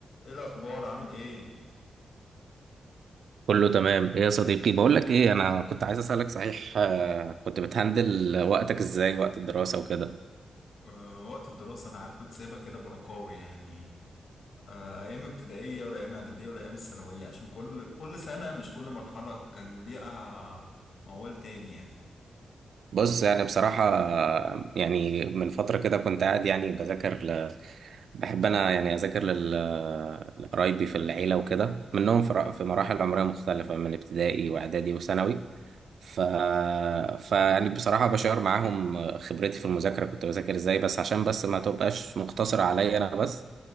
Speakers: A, on the left; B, on the right.
A: ايه الاخبار عامل ايه
B: كله تمام ايه يا صديقي بقول لك ايه انا كنت عايز اسالك صحيح آه، كنت بتهندل وقتك ازاي وقت الدراسه وكده
A: أه وقت الدراسه انا كنت سايبها كده برقاوي يعني أه ايام ابتدائيه ولا ايام اعداديه ولا ايام الثانويه عشان كل كل سنه مش كل مرحله كان ليها موال تاني يعني
B: بص يعني بصراحة يعني من فترة كده كنت قاعد يعني بذاكر ل... بحب أنا يعني أذاكر لل- لقرايبي في العيلة وكده منهم في ر- في مراحل عمرية مختلفة من ابتدائي وإعدادي وثانوي ف... فيعني بصراحة بشار معاهم خبرتي في المذاكرة كنت بذاكر إزاي بس عشان بس ما تبقاش مقتصرة عليا أنا بس